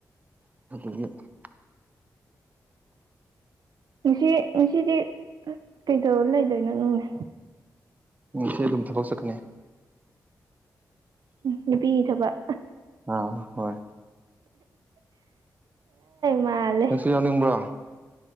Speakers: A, on the right; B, on the right.
A: <unintelligible>
B: ꯁꯤ ꯁꯤꯗꯤ ꯀꯩꯗꯧꯔ ꯂꯩꯗꯣꯏꯅꯣ ꯅꯪꯅꯦ
A: ꯁꯤ ꯑꯗꯨꯝ ꯊꯕꯛ ꯆꯠꯀꯅꯤ
B: ꯅꯨꯄꯤ ꯊꯕꯛ
A: ꯑꯥ ꯍꯣꯏ
B: ꯃꯥꯜꯂꯦ
A: ꯅꯪꯁꯨ ꯌꯥꯎꯅꯤꯡꯕ꯭ꯔꯣ